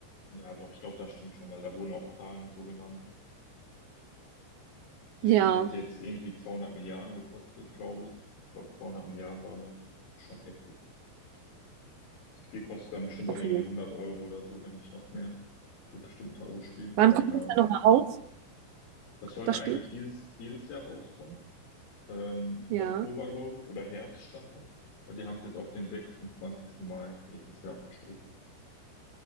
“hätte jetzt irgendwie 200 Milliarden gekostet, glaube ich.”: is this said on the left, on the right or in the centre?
Left